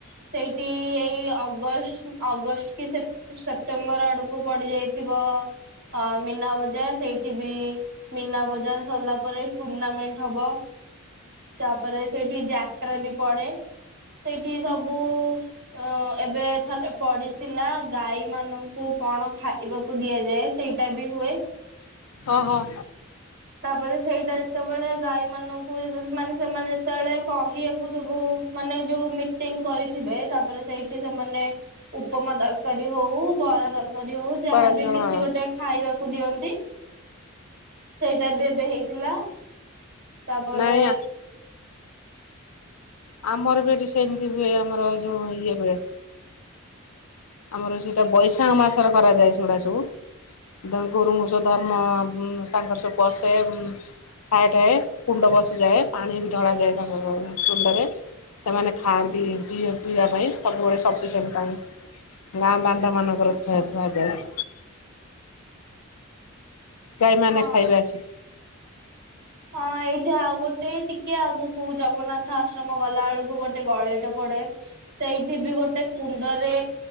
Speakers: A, on the right (about 50°); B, on the left (about 80°).
A: ସେଇଠି ଏଇ ଅଗଷ୍ଟ ଅଗଷ୍ଟ କି ସେପ୍ ସେପ୍ଟେମ୍ବର ଆଡକୁ ପଡି ଯାଇଥିବ ଅ ମିନା ବଜାର୍ ସେଇଠି ବି ମିନା ବଜାର ସର୍ଲା ପରେ ଟୁର୍ଣ୍ଣାମେଣ୍ଟ ହବ ଚାପରେ ସେଇଠି ଯାତ୍ରା ବି ପଡେ। ସେଇଠି ସବୁ ଅ ଏବେ ଥରେ ପଡିଥିଲା ଗାଈ ମାନ କୁ କଣ ଖାଇବାକୁ ଦିଆଯାଏ ସେଇଟା ବି ହୁଏ।
B: ଅ ହଁ।
A: ତାପରେ ସେଇଟା ଯେତେବେଳେ ଗାଈ ମାନଙ୍କୁ ମାନେ ସେମାନେ ଯେତେବେଳେ କହିବାକୁ ସବୁ ମାନେ ଯୋଉ ମିଟିଂ କରିଥିବେ ତାପରେ ସେଇଠି ସେମାନେ ଉପମା ତରକାରୀ ହଉ ବରା ତରକାରୀ ହଉ ଯାହାବ
B: ବରାଦ ହଁ
A: କିଛି ଗୋଟେ ଖାଇବାକୁ ଦିଅନ୍ତି। ସେଇଟା ବି ଏବେ ହେଇଥିଲା ତାପରେ
B: ନାଇଁ ଆମର ବି ଏଠି ସେମିତି ହୁଏ ଆମର ଯୋଉ ଇଏ ହୁଏ। ଆମର ସେଇଟା ବୈଶାଖ ମାସରେ କରାଯାଏ ସେଉଡା ସବୁ ତାଙ୍କ ଗୁରୁମୁସ ଧର୍ମ ତାଙ୍କର ସବୁ ବସେ। ଠାଏ ଠାଏ କୁଣ୍ଡ ବସିଯାଏ ପାଣି ବି ଢଳାଯାଏ ତାଙ୍କ କଣ୍ଡରେ। ସେମାନେ ଖାଆନ୍ତି ପିଇବା ପାଇଁ ସବୁବେଳେ ସଫିସେଣ୍ଟ ପାଇଁ ଗାଁ ଦାଣ୍ଡ ମାନଙ୍କରେ ଥୁଆ ଥୁଆ ଯାଏ। ଗାଈମାନେ
A: ହଁ
B: ଖାଇବେ ଆସି।
A: ହଁ ଏଇଠି ଆଉ ଗୋଟେ ଟିକେ ଆଗକୁ ଜଗନ୍ନାଥ ଆଶ୍ରମ ଗଲା ବେଳକୁ ଗୋଟେ ଗୋଟେ ଗଳିଇଟେ ପଡେ ସେଇଠି ବି ଗୋଟେ କୁଣ୍ଡରେ